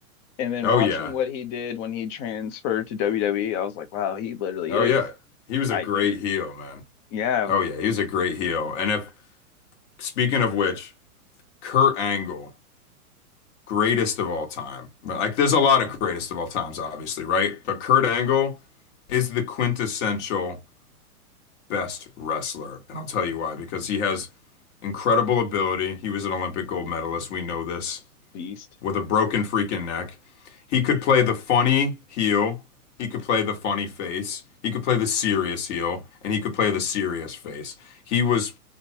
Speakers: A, on the left (about 30°); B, on the left (about 50°).
A: and then
B: Oh
A: watching
B: yeah,
A: what he did when he transferred to WWE. I was like, "Wow, he literally
B: oh
A: is
B: yeah. He was
A: I
B: a great
A: he,
B: heel, man.
A: yeah,
B: Oh yeah, he was a great heel. And if speaking of which, Kurt Angle Greatest of all time. But, Like, there's a lot of greatest of all times, obviously, right? But Kurt Angle is the quintessential best wrestler. And I'll tell you why, because he has incredible ability. He was an Olympic gold medalist. We know this
A: beast."
B: with a broken freaking neck. He could play the funny heel, he could play the funny face, he could play the serious heel, and he could play the serious face. He was